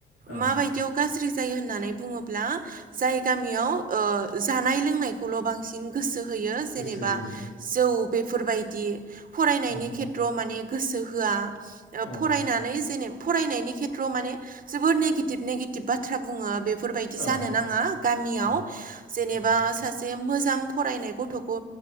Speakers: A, on the left; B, on the right.
A: ओं
B: माबायदियाव गाज्रि जायो होननानै बुङोब्ला जाय गामियाव ओ जानाय लोंनायखौल' बांसिन गोसो सो होयो जेनेबा
A: गोसो होयो
B: जौ बेफोरबायदि फरायनायनि
A: ओं
B: खेथ्रआव माने गोसो होआ
A: औ
B: फरायनानै जेने फरायनायनि खेत्आव माने जोबोर नेगेतिप नेगेटिप बाथ्रा बुङो बे फोरबायदि
A: ओं
B: जानो नाङा गामियाव
A: औ
B: जेनेबा
A: औ
B: सा से मोजां फरायनाय गथ'खौ